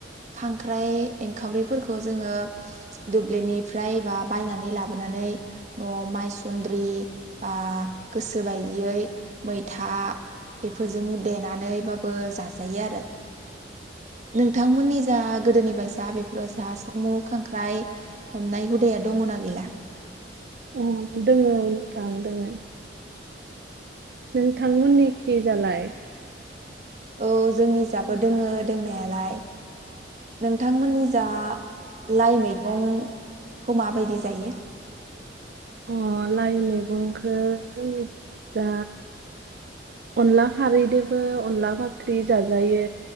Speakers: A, on the right; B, on the right.
A: खांख्राइ एंखावरिफोरखौ जोङो दुब्लिनिफ्राय बा बायनानै लाबोनानै न'आव मायसुन्द्रि बा गोसो बायदियै मैथा बेफोरजों देनानैबाबो जाजायो आरो नोंथांमोननि जा गोदोनि बायसा बेफोरबायसा सिमु खांख्राय हमनाय हुदाया दङना गैला
B: अ दोङो औ नोंथां दोङो नोंथांमोननिखि जालाय
A: औ जोंनि जाबो दोङो दोंनायालाय नोंथांमोननि जा लाइ मैगं खौ माबायदि जायो
B: अ लाइ मैगंखो जोंनिखि जा अनला खारैदोबो अनला फाख्रि जाजायो